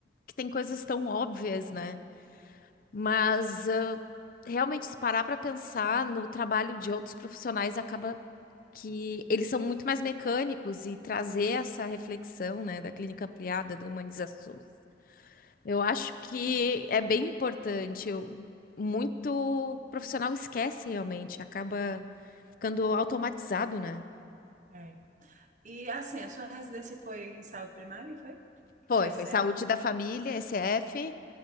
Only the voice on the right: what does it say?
É. E assim, a sua residência foi em saúde primária, foi?
PSF?